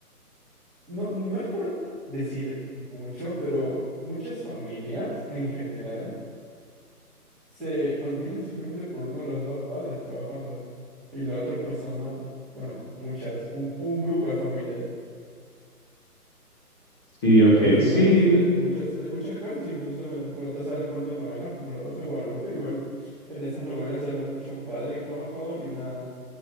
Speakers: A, in the centre; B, on the left.
A: no, no es por decir mucho, pero muchas familias en general se mantienen simplemente por uno de los dos padres trabajando. Y la otra persona, bueno, muchas, un, un grupo de familias.
B: Sí, ok,
A: Al final,
B: sí,
A: este, en muchas, en muchas casas, incluso en, bueno, te vas a dar en cuenta en novelas como La Rosa de Guadalupe, igual en esas novelas se habla mucho un padre trabajador y una